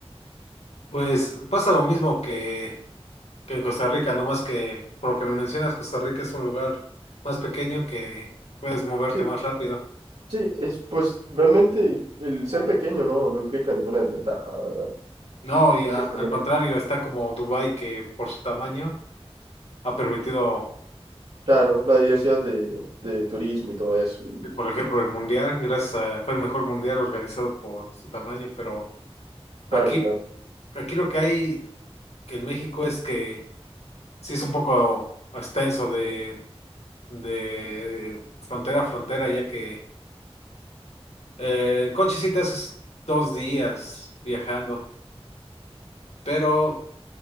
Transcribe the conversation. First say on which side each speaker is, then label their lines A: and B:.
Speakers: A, on the left; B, on the right.
A: pues pasa lo mismo que, que en Costa Rica, nomás que por lo que me mencionas, Costa Rica es un lugar más pequeño que puedes moverte
B: sí
A: más rápido.
B: Sí, es pues realmente el ser pequeño no, no implica ninguna desventaja, la verdad.
A: No, y a-
B: Simplemente,
A: al contrario, está como Dubái, que por su tamaño ha permitido,
B: claro, la diversidad de, de turismo y todo eso. Y,
A: por ejemplo, el mundial, gracias a, fue el mejor mundial organizado por su tamaño, pero
B: claro,
A: aquí,
B: claro.
A: aquí lo que hay que en México es que sí es un poco extenso de, de frontera a frontera, ya que Eh, en coche sí te haces dos días viajando, pero